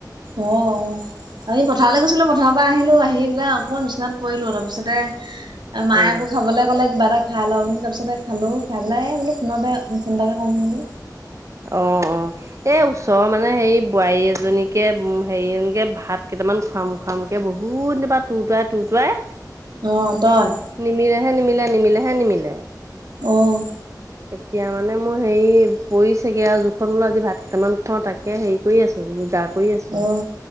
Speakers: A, on the right; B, on the right.
A: অঁ অঁ। আমি পথাৰলে গৈছিলো পথাৰৰ পৰা আহিলো আহি পেলাই অকমান বিচনাত পৰিলো। তাৰপিছতে- মায়ে
B: অ',
A: আকৌ খাবলে ক'লে কিবা এটা খাই লওঁ বুলি তাপিছতে খালো খাই পেলাই বোলো ফোনতে ফোন এটাকে- কও বুলো।
B: অ অ' এই ওচ- চ মানে হেৰি বোৱাৰী এজনীকে হেৰিএজনীকে ভাত কেইটামান খুৱাম খোৱামকে বহুত দিনপা- টুটোৱাই টুটোৱাই-
A: অঁ তই-
B: নিমিলে হে নিমিলে নিমিলে হে নিমিলে।
A: অঁ'
B: এতিয়া মানে মোৰ হেৰি পৰিছেগে আও জোখত বোলো আজি ভাত কেইটামান খাওঁ তাকে হেৰি- কৰি আছো যোগা কৰি আছো।
A: অ